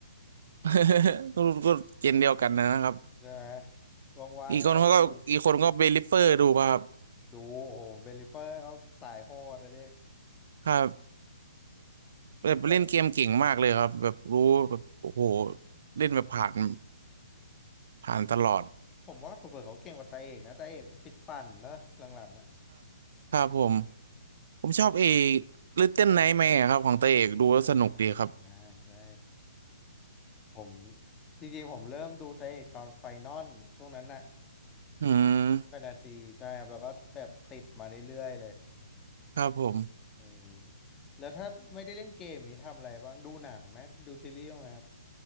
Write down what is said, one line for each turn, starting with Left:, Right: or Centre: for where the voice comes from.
Right: <laughs> ก็ก็เกมเดียวกันนะครับ
Left: ใช่ไหมว่างๆก็ต้องดู
Right: อีกคนเขาก็อีกคนก็เบลิเฟอร์ดูป่ะครับ
Left: ดูโอ้โหเบลลิเฟอร์เขาสายโหดอะดิ
Right: ครับ แบบเล่นเกมเก่งมากเลยครับแบบรู้แบบโอ้โห
Left: แต่
Right: เล่นแบบผ่านผ่านตลอด
Left: ผมว่าเผื่อๆเขาเก่งกว่าตาเอกนะตาเอกติดปั่นเนอะหลังๆอ่ะ
Right: ครับผมผมชอบเอลิตเติ้ลไนท์แมร์ครับของตาเอกดูแล้วสนุกดีครับ
Left: อ่าใช่ผมจริงๆผมเริ่มดูไตาเอกตอนไฟนอลช่วงนั้นน่ะ
Right: อืม
Left: แฟนตาซีใช่ครับแล้วก็แบบติดมาเรื่อยๆเลย
Right: ครับผม
Left: เออแล้วถ้าไม่ได้เล่นเกมนี้ทำอะไรบ้างดูหนังไหมดูซีรีส์บ้างไหมครับ